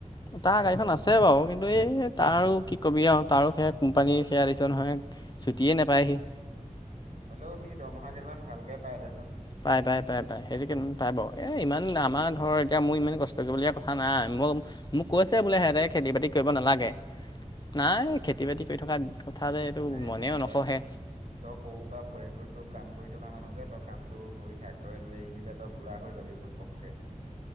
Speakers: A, on the left; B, on the right.
A: তাৰ গাড়ীখন আছে বাৰু কিন্তু এই তাৰো কি কবি আৰু তাৰো সেয়া কোম্পানী সেয়া দেখিছ নহয়। ছুটিয়ে নেপায় সি।
B: হ'লেও সি দৰমহা কেইদিনমান ভালকে পায় দেচোন।
A: পাই - পাই - পাই - পাই সেইটো কে পায় বাৰু এই ইমান আমাৰ ধৰক এতিয়া মোৰ ইমান কষ্ট কৰিবলগীয়া কথা নাই মই মোক কৈছে বোলে সিহঁতে খেতি বাতি কৰিব নালাগে নাই
B: অ
A: খেতি বাতি কৰি থকা কথা যে এইটো
B: নাই
A: মনেও
B: - নাই তই
A: নখহে
B: তই সৰু পৰা পৰি এইবোৰতো কাম কৰি থকা মানুহ যে তই কামটো কৰি থাক তই এইটো এৰি দিলে তই বুঢ়া হৈ যাবি। অকে।